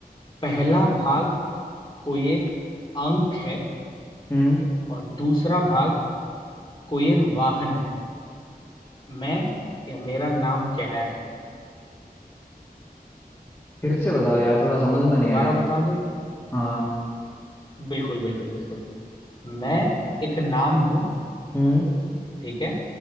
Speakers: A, on the left (about 35°); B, on the left (about 15°).
A: पहला भाग कोई एक अंक है
B: हम्म
A: और दूसरा भाग कोई एक वाहन है मैं या मेरा नाम क्या है
B: फिर से बताओ यार थोड़ा समझ में नहीं
A: दोबारा
B: आया
A: बता दूं
B: हाँ
A: बिल्कुल बिल्कुल बिल्कुल मैं एक नाम हूं
B: हम्म
A: ठीक है